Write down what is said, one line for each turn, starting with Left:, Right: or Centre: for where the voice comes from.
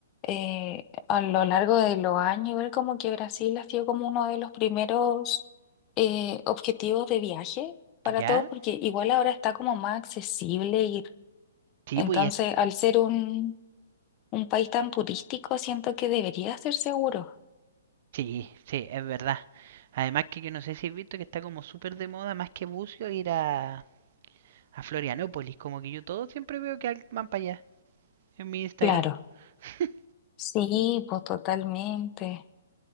Left: eh, a lo largo de los años, igual como que Brasil ha sido como uno de los primeros eh, objetivos de viaje para
Right: ¿Ya?
Left: todos, porque igual ahora está como más accesible ir.
Right: Sí,
Left: Entonces,
Right: pues y
Left: al ser un, un país tan turístico, siento que debería ser seguro.
Right: sí, sí, es verdad. Además que yo no sé si has visto que está como súper de moda, más que bucio, ir a, a Florianópolis. Como que yo todo siempre veo que van para allá, en mi Instagram.
Left: Claro,
Right: <laughs>
Left: sí, pues totalmente.